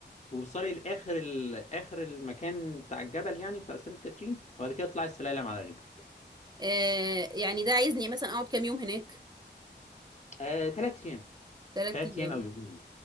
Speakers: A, on the left (about 40°); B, on the right (about 20°).
A: ووصلي لاخر ال... اخر المكان بتاع الجبل يعني بتاع سانت كاترين وبعد كده اطلعي السلالم على رجلك
B: آه يعني ده عايزني مثلا اقعد كام يوم هناك
A: آه... تلات ايام
B: ثلاث
A: تلات
B: ايام
A: ايام او يومين